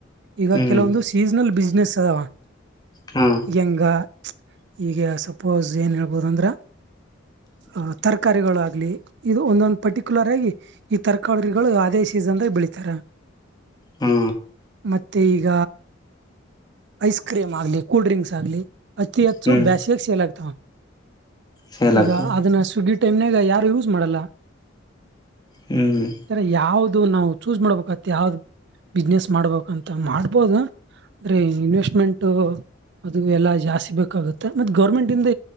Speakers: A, on the right (about 60°); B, on the left (about 20°).
A: ಈಗ
B: ಹ್ಮ್
A: ಕೆಲವೊಂದು ಸೀಸನಲ್ ಬಿಸ್ನೆಸ್ ಸದವಾ
B: ಹಾ
A: ಹೆಂಗ ಈೀಗ ಸಪೋಸ್ ಏನು ಹೇಳ್ಬೋದುಂದ್ರೆ ಆ ತರಕಾರಿಗಳು ಆಗ್ಲಿ ಇದು ಒಂದೊಂದು ಪರ್ಟಿಕ್ಯುಲರ್ ಆಗಿ ಈ ತರ್ಕಾರಿಗಳು ಅದೇ ಸೀಸನ್ ದಾಗ ಬೆಳಿತಾರೆ
B: ಹಾ
A: ಮತ್ತು ಈಗ ಐಸ್ ಕ್ರೀಮ್ ಆಗ್ಲಿ ಕೂಲ್ಡ್ ಡ್ರಿಂಕ್ಸ್ ಆಗ್ಲಿ ಅತಿ ಹೆಚ್ಚು
B: ಹ್ಮ್
A: ಬ್ಯಾಸಿಯಾಗಿ ಸೇಲ್ ಆಗ್ತವ
B: ಸೇಲ್
A: ಈಗ
B: ಆಗ್ತಾವ
A: ಅದನ್ನ ಸ್ವಿಗ್ಗಿ ಟೈಮ್ನಾಗ ಯಾರು ಯೂಸ್ ಮಾಡಲ್ಲ
B: ಹ್ಮ್ ಹ್ಮ
A: ಈರ ಯಾವ್ದು ನಾವು ಚೂಸ್ ಮಾಡ್ಬೇಕತ್ ಯಾವ್ದ್ ಬಿಸ್ನೆಸ್ ಮಾಡ್ಬೇಕಂತ ಮಾಡ್ಬೋದ ಅ ಇನ್ವೆಸ್ಟ್ಮೆಂಟ್ ಅದು ಎಲ್ಲಾ ಜಾಸ್ತಿ ಬೇಕಾಗುತ್ತೆ ಮತ್ತೆ ಗೌರ್ಮೆಂಟ್ ಇಂದ